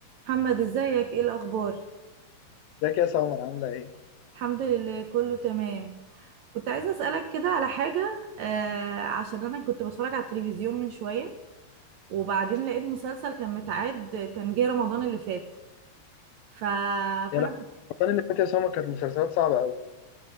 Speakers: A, on the right (about 75°); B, on the left (about 85°).
A: محمد ازيك ايه الاخبار
B: ازيك يا سمر عاملة ايه؟
A: الحمد لله كله تمام كنت عايزه اسالك كده على حاجه آه عشان انا كنت بتفرج على التلفزيون من شويه وبعدين لقيت مسلسل كان متعاد كان جه رمضان اللي فات ف...
B: يا
A: فانا
B: لا
A: كنت
B: رمضان اللي فات يا سمر كانت مسلسلات صعبة قوي